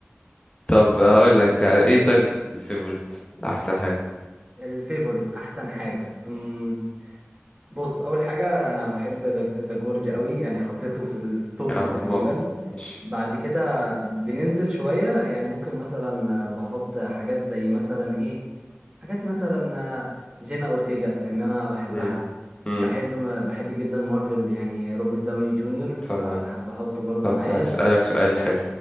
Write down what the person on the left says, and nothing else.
طب هقول
لك ايه طيب الفيفوريت احسن حاجة
اه
واو ماشي
مم. مم.
طبعا
طب
هسألك سؤال حلو